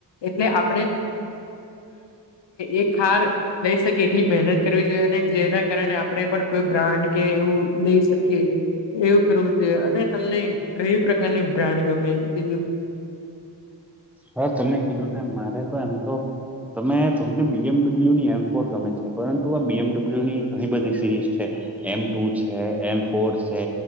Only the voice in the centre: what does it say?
હા તમે કીધું ત મારે તો એમ તો. તમે તમને બીએમડબલ્યુની એમ ફોર ગમે છે, પરંતુ આ બીએમડબલ્યુની ઘણી બધી સીરીઝ છે, એમ ટુ છે, એમ ફોર છે,